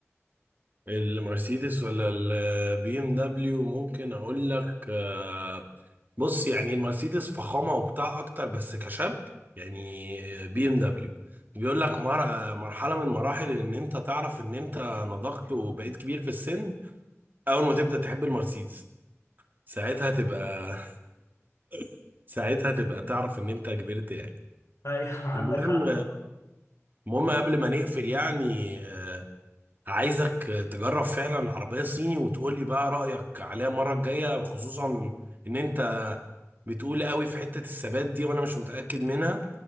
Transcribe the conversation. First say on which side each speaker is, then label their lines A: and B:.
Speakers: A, on the right; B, on the left.
A: المرسيدس ولا البي ام دبليو ممكن اقول لك آه، بص يعني المرسيدس فخامه وبتاع اكتر بس كشاب يعني آه، بي ام دبليو بيقول لك مر- آه، مرحله من مراحل ان انت تعرف ان انت نضجت وبقيت كبير في السن اول ما تبدا تحب المرسيدس ساعتها تبقى <laughs> ساعتها تبقى تعرف ان انت كبرت يعني
B: ايوه <laughs> عندك
A: المهم
B: حق طبعا
A: المهم قبل ما نقفل يعني آه، عايزك تجرب فعلا عربية صيني وتقول لي بقى رأيك عليها المرة الجاية خصوصا ان انت بتقول قوي في حتة الثبات دي وانا مش متأكد منها